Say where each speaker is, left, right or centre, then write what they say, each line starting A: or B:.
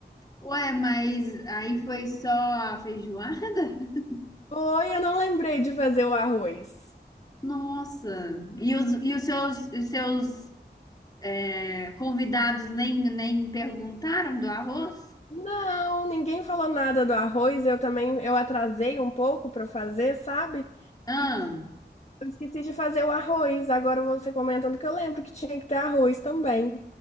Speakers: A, on the left (about 20°); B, on the left (about 35°).
A: Ué, mas aí foi só a feijoada? <laughs>
B: Foi, eu não lembrei de fazer o arroz.
A: Nossa! E os, e os seus, os seus É, convidados nem, nem perguntaram do arroz?
B: Não, ninguém falou nada do arroz. Eu também, eu atrasei um pouco para fazer, sabe?
A: Ah,
B: Eu esqueci de fazer o arroz, agora você comentando que eu lembro que tinha que ter arroz também.